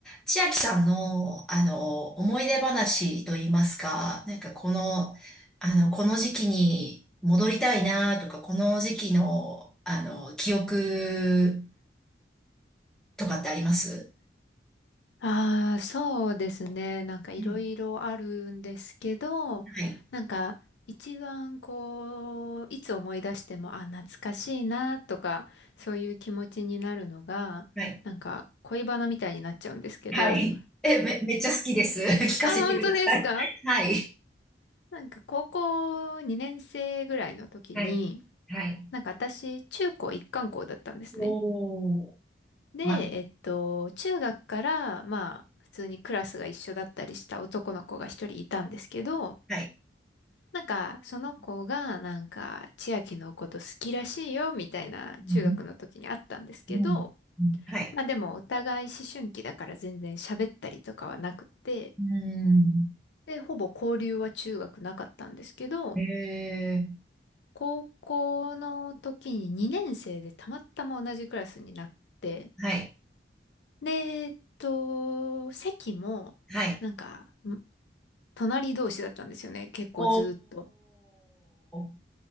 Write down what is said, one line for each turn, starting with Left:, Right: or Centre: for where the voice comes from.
Centre: 千秋さんの、あの、思い出話といいますか、なんかこの、あの、この時期に戻りたいなとか、この時期の、あの、記憶とかってあります
Left: ああ、そうですね。なんかいろいろあるんですけど、
Centre: うんはい。
Left: なんか一番こう、いつ思い出しても、あ、懐かしいなとか、そういう気持ちになるのが、
Centre: はい。
Left: なんか恋バナみたいになっちゃうんですけど、
Centre: はい。え、め、めっちゃ好きです。<laughs> 聞かせてください。
Left: あ、本当ですか
Centre: はい。
Left: なんか高校2年生ぐらいの時に、
Centre: はい。はい。
Left: なんか私、中高一貫校だったんですね。
Centre: おー。
Left: で、
Centre: はい。
Left: えっと、中学から、まあ、普通にクラスが一緒だったりした男の子が一人いたんですけど、
Centre: はい。
Left: なんか、その子が、なんか、千秋のこと好きらしいよ、みたいな、
Centre: うん。
Left: 中学の時にあったんですけど、
Centre: うん。うんはい。
Left: まあでも、お互い思春期だから全然喋ったりとかはなくて、
Centre: うん。
Left: で、ほぼ交流は中学なかったんですけど、
Centre: え
Left: 高校の時に2年生でたまたま同じクラスになって、
Centre: ー。はい。
Left: で、えっと、席も、
Centre: はい。
Left: なんか、ん隣同士だったんですよね、結構ずーっと。
Centre: おー。